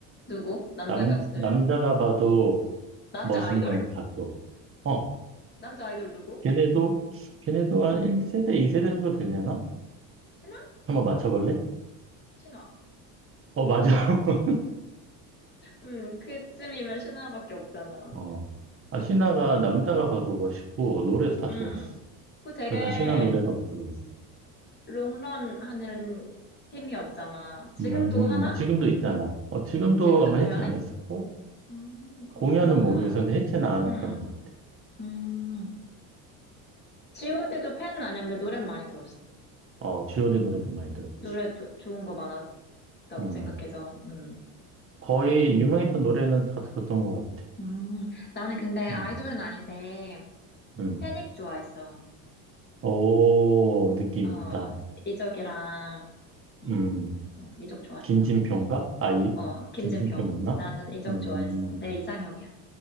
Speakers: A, on the left; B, on the right.
A: 누구? 남자
B: 남,
A: 가수들.
B: 남자가 봐도
A: 남자
B: 멋있는
A: 아이돌?
B: 가수. 어,
A: 남자 아이돌 누구?
B: 걔네도, 걔네도 한 1세대, 2세대 정도 되려나?
A: 신화?
B: 한번 맞춰볼래?
A: 신화.
B: 어, 맞아. <laughs>
A: 음, 그쯤이면 신화밖에 없잖아.
B: 어. 아, 신화가
A: 음,
B: 남자가 봐도 멋있고, 노래도 다
A: 음.
B: 좋았어.
A: 그 되게,
B: 그나 신화 노래가 부러웠어.
A: 롱런 하는 팀이었잖아. 지금도
B: 음,
A: 하나?
B: 지금도 있잖아. 어, 지금도
A: 지금도
B: 아마
A: 공연해?
B: 해체 안 했었고,
A: 음, 그렇구나.
B: 공연은 모르겠었는데 해체는 안
A: 음.
B: 했던 것 같아.
A: 음, G.O.D도 팬은 아니었는데 노래는 많이 들었어.
B: 어, G.O.D 노래도 많이 들었지.
A: 노래 조- 좋은 거 많았다고
B: 음.
A: 생각해서, 음.
B: 거의 유명했던 노래는 다 들었던 것 같아.
A: 음, 나는 근데 아이돌은
B: 음,
A: 아닌데,
B: 음.
A: 패닉 좋아했어.
B: 오, 느낌
A: 어,
B: 있다.
A: 이적이랑, 음,
B: 음,
A: 어, 이적 좋아했어.
B: 김진표인가? 아, 이,
A: 어, 김진표.
B: 김진표 맞나?
A: 나는 이적
B: 음,
A: 좋아했어. 내 이상형이야.